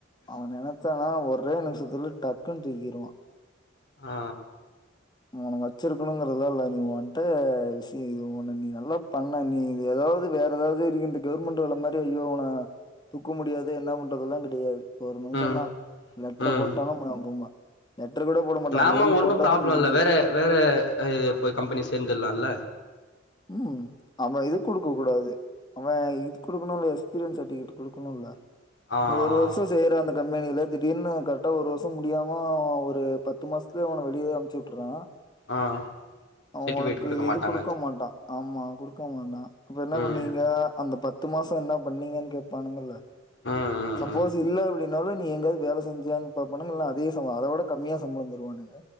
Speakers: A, on the left; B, on the left.
A: அவ நெனச்சானா ஒரே நிமிஷத்துல டக்குன்னு தூக்கிருவா
B: ஆ
A: உன் வச்சிருக்கணுங்கறத இல்ல நீ ஒன்ட விஷயம் இது உன் நீ நல்லா பண்ண நீ இது ஏதாவது வேற ஏதாவது நீ இந்த கவர்மெண்ட் வேல அந்த மாரி ஐயோ இவன தூக்கவும் முடியாது என்ன பண்றது எல்லா கெடையாது ஒரு நிமிஷ
B: ம்
A: தா லெட்டரை
B: ம்
A: போட்டானா ம ம ம லெட்டர் கூட போட மாட்டா
B: நாம
A: மெயில்
B: ஒன்னு
A: போட்டானா
B: ப்ராப்ளம்
A: முடிஞ்
B: இல்ல வேற வேற இப்ப போய் கம்பெனி சேர்ந்துலால
A: ம் அவ இது குடுக்க கூடா அவே இது குடுக்கணுல எக்ஸ்பீரியன்ஸ் சர்டிபிகேட் குடுக்கணுல
B: ஆ
A: நீ ஒரு வருஷோ
B: ஆ
A: சேர்ற அந்த கம்பெனில திடீர்னு கரெக்டா ஒரு வருஷோ முடியாம ஒரு பத்து மாசத்துல உன்ன வெளிய அனுப் பிச்வுட்றா
B: ஆ
A: அவ
B: சர்ட்டிஃபிகேட்
A: உனக்கு இது
B: மாட்டாங்க
A: குடுக்க மாட்டா ஆமா குடுக்கமாட்டா இப்ப என்ன
B: ம்
A: பண்ணீங்க அந்த பத்து மாசோ என்ன பண்ணீங்கன்னு கேட்பானுங்க ல
B: ம் ம்
A: சப்போஸ்
B: ம்
A: இல்ல அப்டி நடுவுல நீ எங்கேயாவது வேல செஞ்சியான்னு பாப்பானுங்க இல்ல அதே சம்ப அதோட கம்மியா சம்பளோ தருவானுங்க